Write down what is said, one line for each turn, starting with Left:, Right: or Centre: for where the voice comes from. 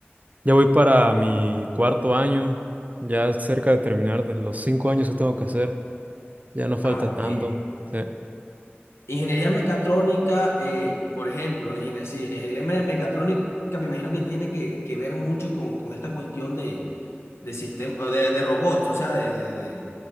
Right: ya voy para mi cuarto año, ya cerca de terminar de los cinco años que tengo que hacer, ya no falta
Left: Ah, ok.
Right: tanto, sí.
Left: Ingeniería mecatrónica, eh, por ejemplo, la ingeniería, sí, ingeniería me- mecatrónica me imagino que tiene que, que ver mucho con, con esta cuestión de, de sistema, de, de robots, o sea, de, de- de,